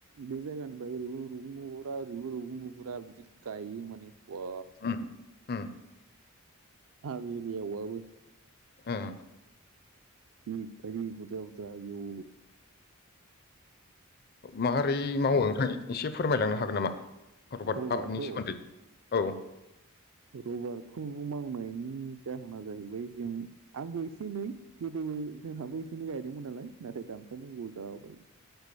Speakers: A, on the right (about 70°); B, on the left (about 45°).
A: बे जायगानिफ्राय ओरैबो रुगुं ओरैबो रुगुं नुहुरा बिदि गायो माने बा
B: उम उम
A: हाजो एरियायाव बाबो
B: उम
A: जि बायदि बुरजा बुरजा आयौ
B: माबोरै मावो नोंथां एसे फोरमायलांनो हागोन नामा रबारट
A: रबारखौ
B: आबादनि सोमोन्दै औ
A: रबारखौ मावनायनि जाहोना जाहैबाय जों आंबो एसे एनै गोदो जोंहाबो एसे एै गायदोंमोन नालाय नाथाय दानफायनांगौ जाबाय